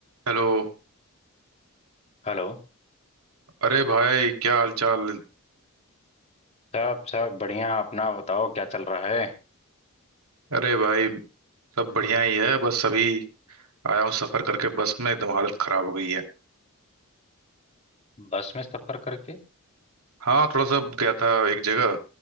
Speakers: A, on the right; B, on the left.
A: Hello
B: हेलो
A: अरे भाई क्या हाल चाल
B: सब सब बढ़िया अपना बताओ क्या चल रहा है
A: अरे भाई सब बढ़िया ही है बस अभी आया हूँ सफर करके बस में एकदम हालत खराब हो गई है
B: बस में सफर करके
A: हाँ थोड़ा सा गया था एक जगह